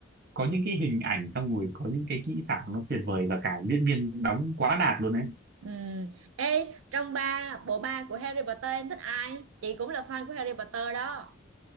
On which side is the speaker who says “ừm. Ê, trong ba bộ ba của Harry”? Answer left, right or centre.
Right